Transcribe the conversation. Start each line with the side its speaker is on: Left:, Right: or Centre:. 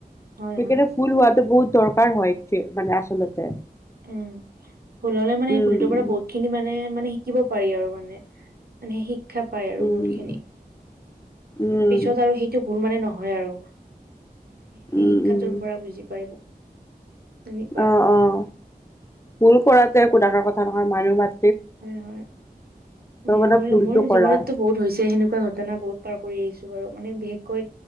Right: হয়,
Left: সেইকাৰণে
Right: হয়,
Left: ভুল হোৱা বহুত দৰকাৰ হয়। মানে আচলতে
Right: উম। ভুল হ'লে মানে
Left: উম।
Right: ভুলটোৰ পৰা বহুত খিনি মানে মানে শিকিব পাৰি আৰু মানে। মানে শিক্ষা পায় আৰু
Left: উম,
Right: বহুত খিনি।
Left: উম,
Right: পিছত আৰু সেইটো ভুল মানে নহয় আৰু। সেই
Left: উম,
Right: শিক্ষাটোৰ
Left: উম,
Right: পৰা বুজি পাই। তেনেকুৱা
Left: অ, অ'। ভুল কৰাটো একো ডাঙৰ কথা নহয়। মানুহ মাত
Right: হয়, হয়। মোৰ
Left: মানে ভুলটো
Right: মোৰ
Left: কৰা।
Right: জীৱনতটো বহুত হৈছে সেনেকুৱা ঘটনা, বহুত পাৰ কৰি আহিছো বাৰু, মানে বিশেষকৈ